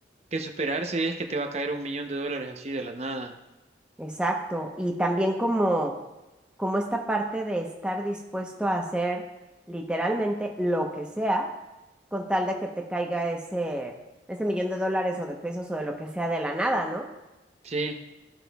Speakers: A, on the right (about 35°); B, in the centre.
A: que superarse es que te va a caer un millón de dólares así de la nada.
B: Exacto. Y también como, como esta parte de estar dispuesto a hacer literalmente lo que sea con tal de que te caiga ese, ese millón de dólares o de pesos o de lo que sea de la nada, ¿no?
A: Sí,